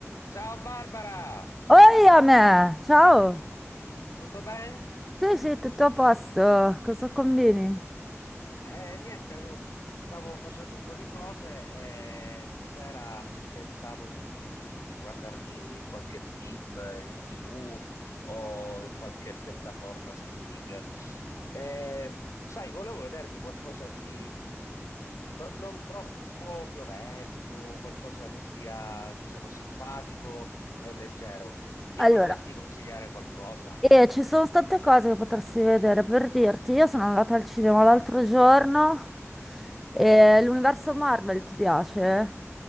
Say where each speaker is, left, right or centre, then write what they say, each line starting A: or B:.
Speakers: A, on the left (about 75°); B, in the centre.
A: Ciao Barbara,
B: Oi a me, ciao.
A: tutto bene?
B: Sì, sì, tutto a posto. Cosa combini?
A: Eh, niente, lo- stavo facendo un po' di cose e stasera pensavo di guardarmi qualche film in TV o in qualche piattaforma streaming. Eh, sai, volevo vedermi qualcosa di no- non troppo violento, qualcosa che sia, diciamo, simpatico e leggero. Mi
B: Allora,
A: potresti consigliare qualcosa?
B: eh, ci sono tante cose che potresti vedere. Per dirti, io sono andata al cinema l'altro giorno e l'universo Marvel ti piace?